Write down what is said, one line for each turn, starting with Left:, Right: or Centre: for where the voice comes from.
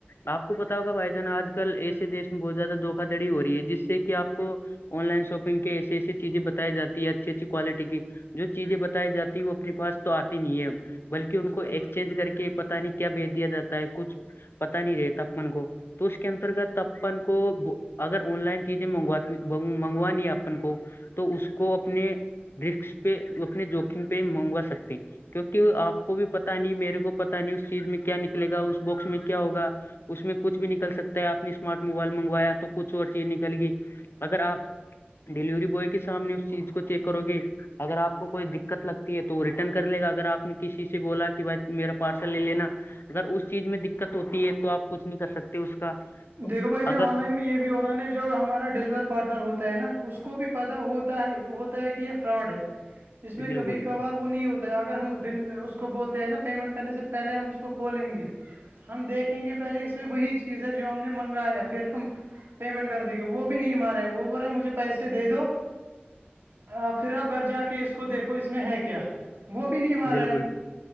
Left: آپ کو پتا ہوگا بھائی جان آج کل ایسے دیش میں بہت زیادہ دھوکا دڑی ہو رہی ہے جس سے کہ آپ کو آن لائن شاپنگ کی ایسیے ایسی چیزیں بتائی جاتی ہے اچھی اچھی کوالٹی کی جو چیزیں ب جات وہ اپنے پاس تو آتی نہیں ہے بلکہ ان کو ایکسچینج کر کے پتا نہیں کیا بیچ دیا جاتا ہے کچھ پتا نہیں رہے تپپن کو تو اس کے انترگت تپپن کو اگر آن لائن چزیں منگوات منگوانی ہے اپن کو تو اس کو اپنے رک پہ اپنے جوکم پہ منگوا سکتے ہیں کیونکہ آپ کو بھی پتا نہیں میرے کو پتا نہیں اس چیز میں کیا نکلے گا اس باکس میں کیا ہوگا اس میں کچھ بھی نکل سکتا ہے آپ نے اسمارٹ موبائل منگوایا تو کچھ اور چیز نکل گی اگر آپ ڈیلیوری بوائے کے سامنے اس چیز کو چیک کرو گی اگر آپ کوئی دقت لگتی ہے تو ریٹرن کر لے گا اگر آپ نے کسی سے بولا کہ ب میرا پارسل لے لینا اگر اس چیز میں دقت ہوتی ہے تو آپ کچھ نہیں کر سکتے اس کا
Right: دیکھو بھائی جی
Left: اگر
Right: آن لائن میں یہ بھی ہو رہا ہے نا جو ہمارا ڈیلیور پارٹنر ہوتا ہے نا اس کو بھی پتا ہوتا ہے ہوتا ہے کہ یہ فراڈ ہے اس میں
Left: بالکل
Right: کبھی کبھار وہ نہیں ہوتا اگر ہم اس کو بولتے ہیں نا پیمنٹ کرنے سے پہلے ہم اس کو کھولیں گے ہم دیکھیں گے پہلے اس میں وہی چیز ہے جو ہم نے منگایا پھر ہم پیمنٹ کر دیں گے وہ بھی نہیں مار رہے ہے وہ بول رہے ہے مجھے پیسے دے دو آ پھر آپ گھر جا کے اس کو دیکھو اس میں ہے کیا وہ بھی نہیں مار
Left: بالکل
Right: رہا میں